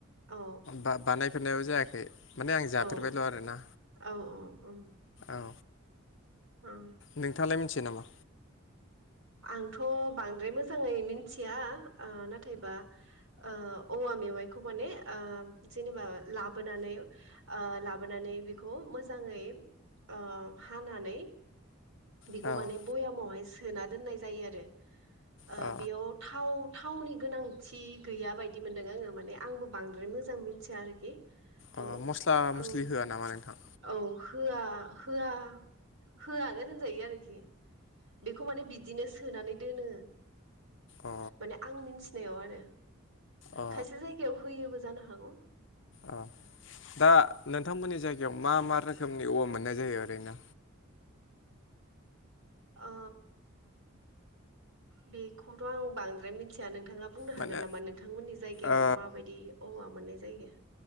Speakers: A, on the right; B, on the left.
A: औ
B: बा बानायफेरनायबो जायाखै। माने आं जाफेरबायल'
A: औ
B: आरोना
A: औ औ औ
B: औ
A: औ
B: नोंथाङालाय मिनथियो नामा?
A: आंथ' बांद्राय मोजाङै मिनथिया ओ नाथायबा ओ औवा मेवायखौ माने ओम जेनेबा लाबोनानै ओ लाबोनानै बिखौ मोजां आङै <unintelligible> ओ हानानै बिखौ
B: औ
A: माने भयामावहाय सोना दोननाय जायो आरो। ओ
B: अ
A: बियाव थाव थावनि गोनांथि गैया बायदि मोनदों आङो माने आंबो बांद्राय मोजां मिनथिया आरोखि त'
B: अ मस्ला मस्लि
A: आं
B: होआ नामा नोंथां
A: औ होआ <unintelligible> होया होयानो होनजायो आरोखि बिखौ माने बि दिनो सोनानै दोनो
B: अ
A: माने आं मिनथिनायाव आरो
B: अ
A: खायसे जायगायाव होयोबो जानो हागौ।
B: अह दा नोंथांमोननि जायगायाव मा मा रोखोमनि औवा मोननाय जायो ओरैनो
A: ओ बेखौथ' आं बांद्राय मिनथिया नों थाङा बुंनो
B: माने
A: हागोन नामा नोंथांमोननि जायगायाव
B: ओ
A: माबायदि औवा मोननाय जायो।